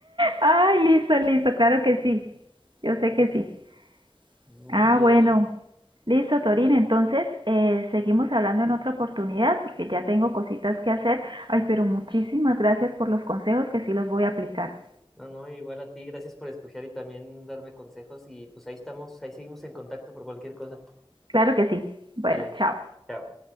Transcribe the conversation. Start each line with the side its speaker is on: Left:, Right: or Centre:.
Right: Ay, listo, listo, claro que sí. Yo sé que sí.
Centre: Muy
Right: Ah,
Centre: bien.
Right: bueno. Listo, Torín. Entonces, eh, seguimos hablando en otra oportunidad porque ya tengo cositas que hacer. Ay, pero muchísimas gracias por los consejos que sí los voy a aplicar.
Centre: No, no, igual a ti, gracias por escuchar y también darme consejos y pues ahí estamos, ahí seguimos en contacto por cualquier cosa.
Right: Claro que sí. Bueno,
Centre: Dale,
Right: chao.
Centre: chao.